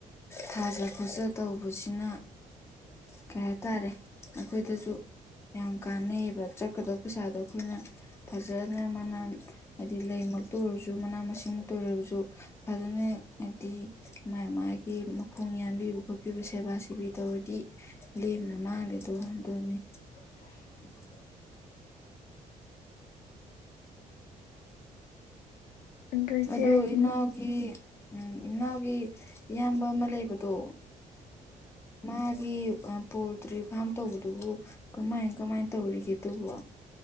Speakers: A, on the left; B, on the left.
A: ꯊꯥꯖ ꯈꯣꯠꯆ ꯇꯧꯕꯁꯤꯅ ꯀꯩ ꯍꯥꯏꯇꯥꯔꯦ ꯑꯩꯈꯣꯏꯗꯁꯨ ꯌꯥꯝ ꯀꯥꯟꯅꯩꯑꯕ ꯀꯗꯥꯕ ꯄꯩꯁꯥꯗꯣ ꯑꯩꯈꯣꯏꯅ ꯐꯖꯅ ꯃꯅꯥ ꯍꯥꯏꯗꯤ ꯂꯩꯃꯛꯇ ꯑꯣꯏꯔꯁꯨ ꯃꯅꯥ ꯃꯁꯤꯡꯃꯛꯇ ꯑꯣꯏꯔꯕꯁꯨ ꯐꯖꯅ ꯍꯥꯏꯗꯤ ꯃꯥ ꯃꯥꯒꯤ ꯃꯈꯣꯡ ꯌꯥꯟꯕꯤꯕ ꯈꯣꯠꯄꯤꯕ ꯁꯦꯕꯥ ꯥ ꯁꯤꯕꯤ ꯇꯧꯔꯗꯤ ꯂꯦꯝꯅ ꯃꯥꯡꯗꯦꯗꯣ ꯑꯗꯨꯅꯤ
B: ꯎ <unintelligible>
A: <inaudible>
B: ꯑꯗꯨ ꯏꯆꯦ
A: ꯑꯗꯣ
B: ꯍꯥꯏꯗꯤ
A: ꯏꯎꯒꯤ ꯎꯝ ꯏꯅꯥꯎꯒꯤ ꯏꯌꯥꯝꯕ ꯑꯃ ꯂꯩꯕꯗꯣ ꯃꯥꯒꯤ ꯄꯣꯜꯇ꯭ꯔꯤ ꯐꯥꯔꯝ ꯇꯧꯕꯗꯨꯕꯨ ꯀꯃꯥꯏ ꯀꯃꯥꯏꯅ ꯇꯧꯔꯤꯒꯦ ꯑꯗꯨꯕꯣ